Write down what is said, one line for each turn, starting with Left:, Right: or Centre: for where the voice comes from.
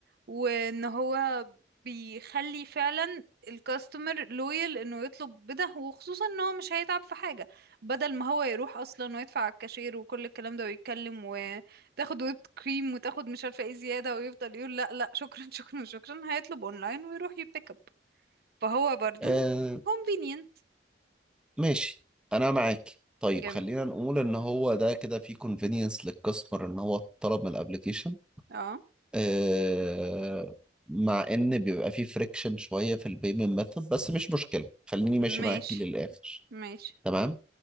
Right: وان هو بيخلي فعلا الكاستمر لويال انه يطلب بده وخصوصا ان هو مش هيتعب في حاجة بدل ما هو يروح اصلا ويدفع على الكاشير وكل الكلام ده ويتكلم وتاخد ويب كريم وتاخد مش عارفة ايه زيادة ويفضل يقول لا لا شكرا <laughs> شكرا شكرا هيطلب اونلاين ويروح يبيك اب فهو برضو
Centre: آه
Right: convenient
Centre: ماشي انا معاك طيب
Right: جميل
Centre: خلينا نقول ان هو ده كده في convenience للكاستمر ان هو طلب من الابليكيشن
Right: اه
Centre: آه مع ان بيبقى في فريكشن شويه في البيمنت ميثود بس مش مشكله خليني ماشي
Right: ماشي
Centre: معاكي للاخر
Right: ماشي
Centre: تمام